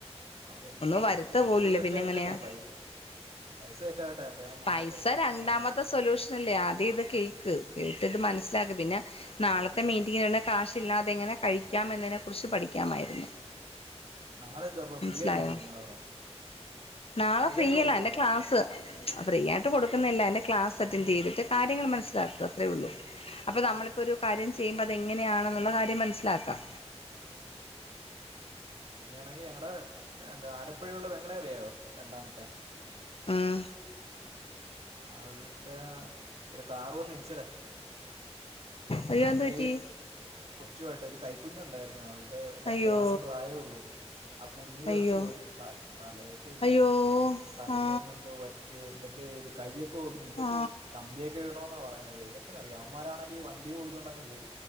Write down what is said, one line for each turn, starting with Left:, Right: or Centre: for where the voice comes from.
Right: അത്
Left: ഒന്നും
Right: പൈ
Left: വരുത്ത
Right: പൈസ
Left: പോലുമില്ല
Right: സെറ്റായില്ലെന്നേ
Left: പിന്നെ എങ്ങനെയാ
Right: പൈസ് പൈസ സെറ്റ് ആവട്ടെ അപ്പോൾ ഞാൻ വന്നേക്കാം
Left: പൈസ രണ്ടാമത്തെ
Right: വാങ്ങിക്കാം
Left: സൊല്യൂഷൻ അല്ലേ ആദ്യം ഇത് കേക്ക് കേട്ട് ഇത് മനസ്സിലാക്ക് പിന്നെ നാളത്തെ മീറ്റിങ്ങിനെന്നെ കാശ് ഇല്ലാതെ എങ്ങനെ കഴിക്കാം എന്നതിനെ കുറിച്ച് പഠിക്കാമായിരുന്നു
Right: നാളെ എന്തോ അപ്പോൾ
Left: മനസിലായോ
Right: ഫ്രീ ആയിട്ട് കൊടുക്കും നിങ്ങളുടെ അവിടെ
Left: നാളെ
Right: ഫ്രീ
Left: ഫ്രീയല്ല
Right: ആയിട്ട് കൊടുക്കുന്നുണ്ട്
Left: അയിന്റെ ക്ലാസ്സ് ഫ്രീ ആയിട്ട് കൊടുക്കുന്നില്ല അതിൻ്റെ ക്ലാസ് അറ്റൻഡ് ചെയ്തിട്ട് കാര്യങ്ങള് മനസ്സിലാക്ക അത്രേ ഉള്ളൂ. അപ്പൊ നമ്മളിപ്പോ ഒരു കാര്യം ചെയ്യുമ്പോ അത് എങ്ങനെയാണെന്നുള്ള കാര്യം മനസ്സിലാക്കാം
Right: പിന്നെയാണെങ്കി ഞങ്ങടെ എന്താ ആലപ്പുഴ ഉള്ള പെങ്ങളെ അറിയാവോ രണ്ടാമത്തെ
Left: ഊം
Right: അവ്ടാ ഒരു കാറ് വന്ന് ഇടിച്ചടേ
Left: അയ്യോ
Right: അവരെയും
Left: എന്ത് പറ്റി
Right: കൊച്ചുമായിട്ട് ഒരു കൈക്കുഞ്ഞുണ്ടായിരുന്നു അവള്ടെ രണ്ട്
Left: അയ്യോ
Right: മാസം പ്രായേ ഉള്ളൂ ആ കുഞ്ഞ് തെറിച്ച്
Left: അയ്യോ
Right: പോയെടി ത തലയൊക്കെ ഇല്ലേ
Left: അയ്യോ
Right: തലച്ചോറിന്
Left: ആ
Right: എന്തോ പ റ്റി എന്തൊക്കെയോ ചെയ്ത് കയ്യൊക്കെ ഒടിഞ്ഞ്
Left: ആ
Right: കമ്പിയൊക്കെ ഇടണൊന്നാ പറയുന്നത് ദൈവത്തിനറിയാം അവന്മാരാണെങ്കിൽ വ ണ്ടി ഓടിച്ചോണ്ടങ്ങ് പോയി.